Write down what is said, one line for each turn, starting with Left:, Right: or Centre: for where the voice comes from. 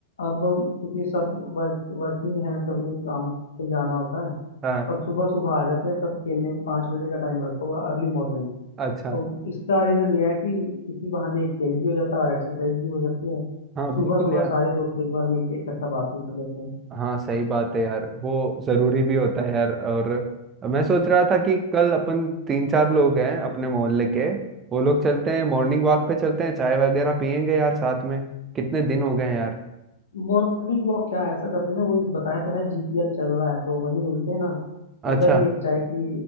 Left: अब क्योंकि सब वर्क वर्किंग है सबने काम पे जाना होता है
Right: हाँ,
Left: और सुबह सुबह आ जाते हैं सब खेलने पाँच बजे का टाइम रखा हुआ अर्ली मॉर्निंग
Right: अच्छा
Left: तो इसका रीज़न यह है कि इसी बहाने खेल भी हो जाता है और एक्सरसाइज भी हो जाती है
Right: हाँ
Left: सुबह
Right: बिल्कुल
Left: सुबह
Right: यार
Left: सारे दोस्त एक बार मिलकर इकट्ठा बात भी कर लेते हैं
Right: हाँ सही बात है यार वो जरूरी भी होता है यार और मैं सोच रहा था कि कल अपन तीन चार लोग हैं अपने मोहल्ले के वो लोग चलते हैं मॉर्निंग वॉक पे चलते हैं चाय वगैरह पियेंगे यार साथ में कितने दिन हो गए हैं यार
Left: मॉर्निंग वॉक क्या ऐसा करते हैं ना कोई बताया तो है जीपीएल चल रहा है तो वहीं मिलते हैं ना
Right: अच्छा
Left: उधर ही एक चाय की